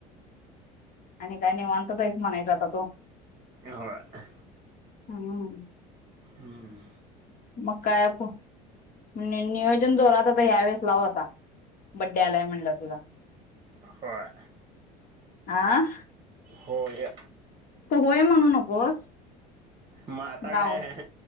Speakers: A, on the left (about 45°); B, on the right (about 25°).
A: आणि काय <inaudible> निवांतहीच <inaudible> म्हणायचा तु
B: होय ह
A: हुम्म
B: हुम्म
A: मग काय नियोजन जोरात आता ह्यावेेळेस लाव आता बड्डै <inaudible> यालाय म्हणलं तुजा
B: होय
A: आं
B: होय
A: होय म्हणू नकोस
B: मग आता
A: लाव
B: काय आहे ह